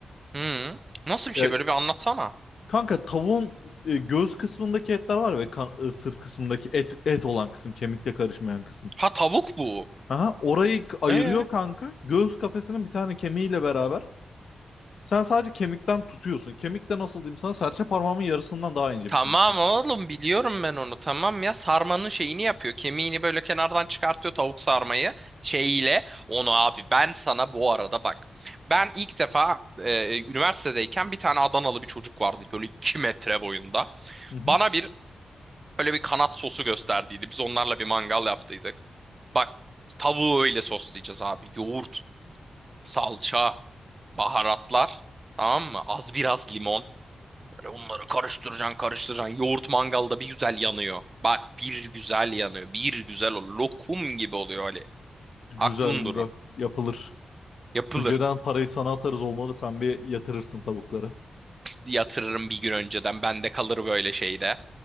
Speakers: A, on the right; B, on the left.
A: Hı. Nasıl bir
B: Ya
A: şey böyle bir anlatsana.
B: kanka tavuğun e, göğüs kısmındaki etler var ve kan, e, sırt kısmındaki et et olan kısım, kemikle karışmayan kısım.
A: Ha tavuk bu.
B: Aha, orayı k- ayırıyor
A: E?
B: kanka. Göğüs kafesinin bir tane kemiğiyle beraber Sen sadece kemikten tutuyorsun. Kemik de nasıl diyeyim sana? Serçe parmağımın yarısından daha ince
A: Tamam
B: bir kemik zaten.
A: oğlum biliyorum ben onu tamam ya sarmanın şeyini yapıyor kemiğini böyle kenardan çıkartıyor tavuk sarmayı şeyiyle onu abi ben sana bu arada bak ben ilk defa e, üniversitedeyken bir tane Adanalı bir çocuk vardı böyle 2 metre boyunda
B: Hı hı.
A: bana bir böyle bir kanat sosu gösterdiydi biz onlarla bir mangal yaptıydık bak tavuğu öyle soslayacağız abi yoğurt salça baharatlar tamam mı az biraz limon Böyle onları karıştıracaksın karıştıracaksın. Yoğurt mangalda bir güzel yanıyor. Bak bir güzel yanıyor. Bir güzel o lokum gibi oluyor Ali.
B: Güzel
A: Aklın
B: güzel.
A: durur.
B: Yapılır.
A: Yapılır.
B: Önceden parayı sana atarız olmadı. Sen bir yatırırsın tavuklara.
A: Yatırırım bir gün önceden. Bende kalır böyle şeyde.